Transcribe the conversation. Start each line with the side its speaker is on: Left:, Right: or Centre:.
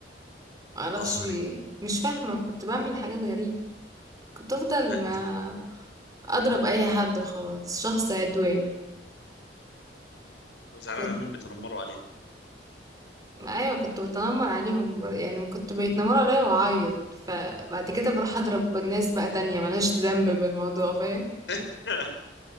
Right: معرفش
Left: هزري
Right: في ايه مش فاهمة كنت بعمل حاجات غريبة كنت افضل
Left: ها
Right: ما
Left: انت
Right: اضرب اي حد وخلاص شخص عدواني
Left: زعلان
Right: كنت
Left: انهم بيتنمروا عليه
Right: ايوه كنت بتنمر عليهم ب- يعني كنت بيتنمروا عليا واعيط فبعد كده بروح اضرب الناس بقى تانية ملهاش ذنب بالموضوع فاهم
Left: <laughs>